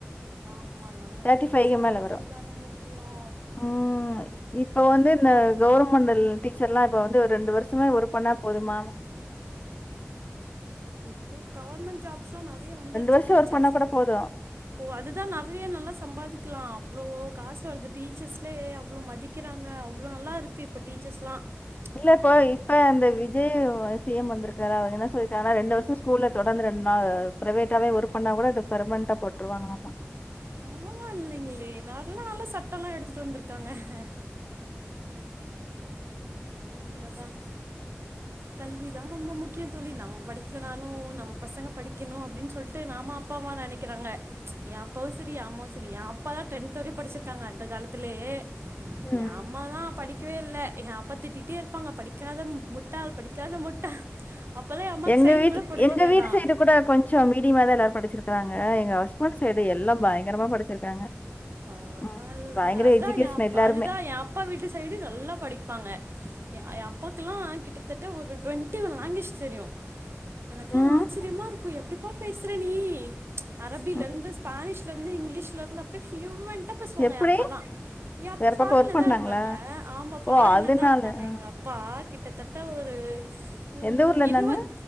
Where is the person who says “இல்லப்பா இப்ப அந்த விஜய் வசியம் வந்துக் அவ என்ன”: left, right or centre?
Left